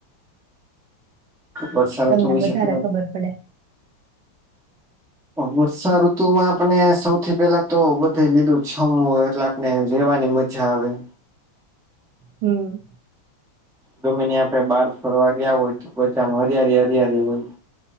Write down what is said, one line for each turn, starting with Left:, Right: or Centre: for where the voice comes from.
Centre: વર્ષાઋતુ
Right: તમને
Centre: વિશે
Right: વધારે
Centre: તમે
Right: ખબર પડે.
Centre: વર્ષાઋતુ માં આપણે સૌથી પેલા તો બધે લીલું જમવું એટલે ને જેવાની મજા આવે.
Right: હમ.
Centre: ગમેી આપડે બહાર ફરવા ગયા હોય તો બધા હરિયારી હરિયારી હોય.